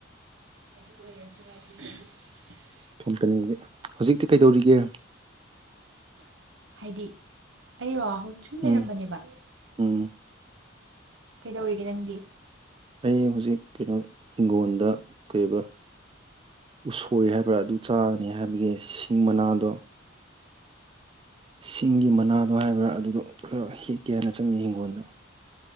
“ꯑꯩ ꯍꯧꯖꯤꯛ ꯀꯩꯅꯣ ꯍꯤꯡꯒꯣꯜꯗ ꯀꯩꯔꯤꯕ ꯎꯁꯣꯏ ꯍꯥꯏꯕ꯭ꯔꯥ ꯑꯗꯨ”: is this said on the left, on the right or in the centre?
Right